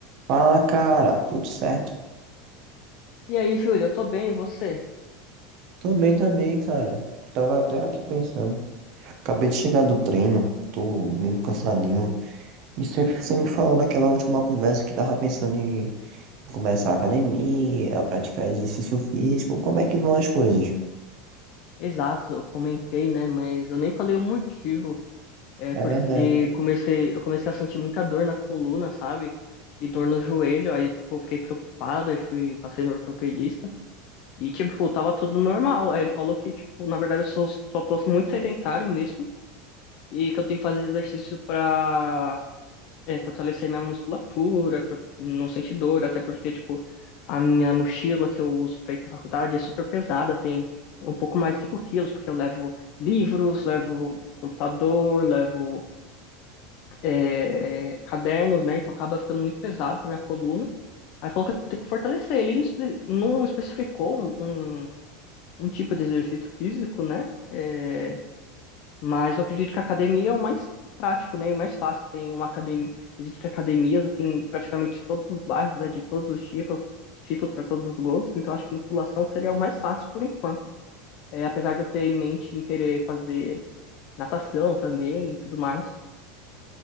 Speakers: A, on the right; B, on the left.
A: Fala, cara, tudo certo?
B: E aí, Júlio, eu tô bem, e você?
A: Tô bem também, cara. Tava até aqui pensando. Acabei de chegar do treino, tô meio cansadinho. E você me falou naquela última conversa que tava pensando em começar a academia, praticar exercício físico. Como é que vão as coisas?
B: Exato, eu comentei, né? Mas eu nem falei o motivo. É
A: É
B: porque
A: verdade,
B: comecei, eu comecei a sentir muita dor na coluna, sabe? E dor no joelho, aí tipo, eu fiquei preocupado, aí fui, passei no ortopedista. E tipo, tava tudo normal. Aí ele falou que, tipo, na verdade eu sou, só tô muito sedentário mesmo e que eu tenho que fazer exercício pra é, fortalecer minha musculatura, pra não sentir dor, até porque, tipo, a minha mochila que eu uso pra ir pra faculdade é super pesada, tem é um pouco mais de 5 quilos, porque eu levo livros, levo computador, levo é, cadernos, né? Então acaba ficando muito pesado pra minha coluna. Aí falou que eu tenho que fortalecer. Ele não, espe- não especificou um, um, um tipo de exercício físico, né? É, mas eu acredito que a academia é o mais prático, né? E o mais fácil. Tem uma academia, existem academias assim, praticamente em todos os bairros, né? De todos os tipos, tipos para todos os gostos. Então acho que musculação seria o mais fácil por enquanto. É, apesar de eu ter em mente em querer fazer natação também e tudo mais.